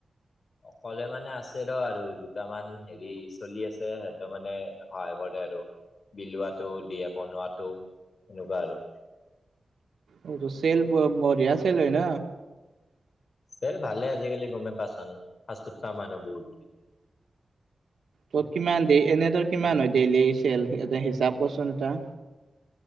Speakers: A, on the left; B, on the right.
A: অকলে মানে আছে ৰ আৰু দুটামান হেৰি চলি আছে সেটও মানে সহায় কৰে আৰু বিলুৱাটো দিয়ে, বনোৱাটো সেনেকুৱা আৰু
B: অ ভুচেল বঢ়িয়া চেল হয় ন
A: চেল ভালে আজিকালি গমে পাচোন ফাচ ফুড খাম আৰু বহুত বুলি
B: ত কিমান ডেই এনে তোৰ কিমান হয় ডেইলি চেল এনে হিচাপ কৰচোন এটা